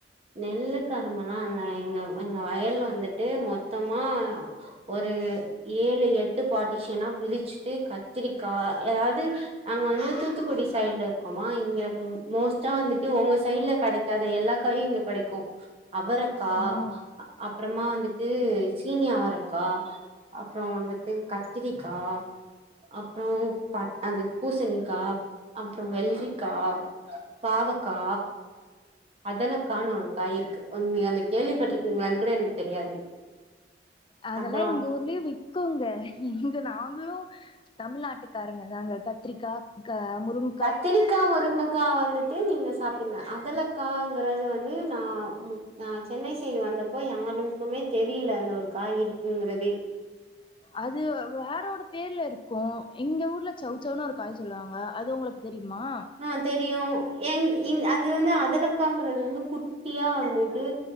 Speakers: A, on the right; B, on the left.
A: நெல்லு கருமல்லா இல்ல எங்க எங்க வயல் வந்துட்டு மொத் தமா ஒரு ஏழு எட்டு பார்டிஷனா பிரிச்சுட்டு கத் த்திரிக்கா எதாவ்து நாங்க வந்து தூத்துக்குடி சைடுல இருக்கோமா இங்க மோஸ்ட்டா வந்துட்டு உங்க சைடு்ல கெடைக் காத எல்லா காயு இங்க கெடைக்கு அவரக்கா
B: ஓ!
A: அப்றமா வந்துட்டு சீனி அவரக்கா அப்றோ வந்துட்டு கத்திரிக்கா அப்புறம் ப அது பூசணிக்கா அப்புறோம் வெள்ளரிக்கா பாவக்கா அதல காணோ ஒரு காய் இருக்கு நீங்க அத கேள்வி பட்றிகீங்களான்னு கூட எனக்கு தெரியாது
B: அதெல்லாம்
A: அப்றோ
B: எங்க ஊர்லயே விக்கோங்க இங்க நாங்களும் தமிழ்நாட்டுக்காரங்க தாங்க கத்ரிக்கா முருங்க
A: கத்திரிக்கா முருங்கக்கா வந்துட்டு விட்டு நீங்க சாப்டுங்க அதல காங்கறது வந்து நா ந சென்னை சைடு வந்தப்போ யாருனுக்குமே தெரியில அந்த ஒரு காய் இருக்குங்கிறதே
B: அது வேறோட பேர்ல இருக்கும் எங்க ஊர்ல சௌச்சௌவுன்னு ஒரு காய் சொல்லுவாங்க அது உங்ளுக்கு தெரியுமா
A: ஆ தெரியும் எங் இங் அது வந்து அதலக்காங்கறது வந்து குட்டியா வந்தது